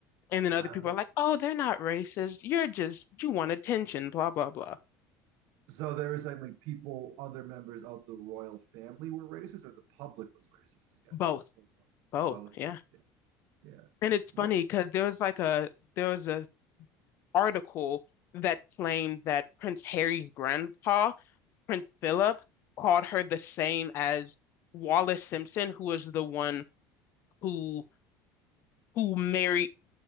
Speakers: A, on the left (about 40°); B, on the right (about 60°).
A: And then
B: Ah.
A: other people are like, oh, they're not racist. You're just, you want attention, blah, blah, blah.
B: So they were saying like people, other members of the royal family were racist, or the public was racist against
A: Both,
B: her. Or both.
A: both,
B: Both.
A: yeah.
B: Yeah. Yeah.
A: And it's
B: What
A: funny
B: is
A: because
B: her
A: there was like a there was a article that claimed that Prince Harry's grandpa, Prince Philip, called her the same as Wallace Simpson, who was the one who who married